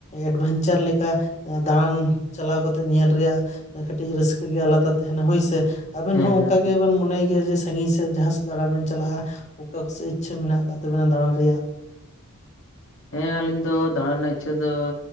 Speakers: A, on the left (about 30°); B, on the left (about 55°).
A: ᱮᱰᱵᱷᱮᱧᱪᱟᱨ ᱞᱮᱠᱟ, ᱫᱟᱬᱟᱱ ᱪᱟᱞᱟᱣ ᱠᱟᱛᱮᱜ ᱧᱮᱞ ᱨᱮᱭᱟᱜ ᱠᱟᱹᱴᱤᱡ ᱨᱟᱹᱥᱠᱟᱹ ᱜᱮ ᱟᱞᱟᱫᱟ ᱛᱟᱦᱮᱱᱟ ᱦᱳᱭᱥᱮ, ᱟᱵᱤᱱ
B: ᱦᱮᱸ
A: ᱦᱚᱸ
B: ᱦᱮᱸ ᱦᱮᱸ
A: ᱚᱱᱠᱟ ᱜᱮᱵᱤᱱ ᱢᱚᱱᱮᱭ ᱜᱮᱭᱟ ᱡᱮ ᱥᱟᱺᱜᱤᱧ ᱥᱮᱫ ᱡᱟᱦᱟᱸ ᱥᱮᱫ ᱫᱟᱬᱟ ᱵᱤᱱ ᱪᱟᱞᱟᱜᱼᱟ, ᱚᱠᱟ ᱠᱚᱥᱮᱫ ᱤᱪ ᱪᱷᱟᱹ ᱢᱮᱱᱟᱜ ᱟᱠᱟᱫ ᱛᱟᱵᱤᱱᱟ ᱫᱟᱬᱟᱱ ᱨᱮᱭᱟᱜ
B: ᱦᱮᱸ ᱟᱹᱞᱤᱧ ᱫᱚᱻ ᱫᱟᱬᱟ ᱨᱮᱱᱟᱜ ᱤᱪ ᱪᱷᱟᱹ ᱫᱚᱻ